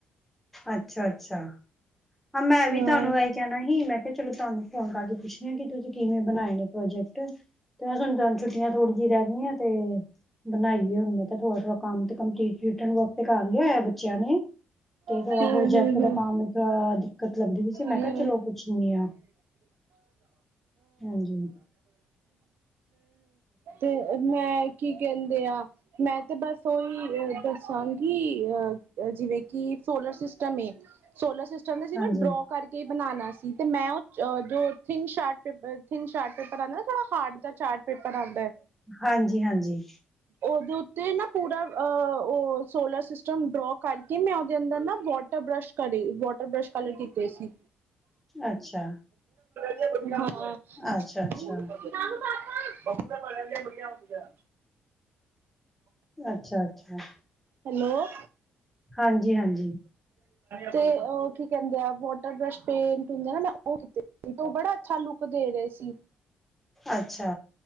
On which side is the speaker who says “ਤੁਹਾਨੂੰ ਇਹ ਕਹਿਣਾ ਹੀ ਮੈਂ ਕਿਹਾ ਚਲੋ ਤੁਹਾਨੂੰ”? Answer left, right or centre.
Centre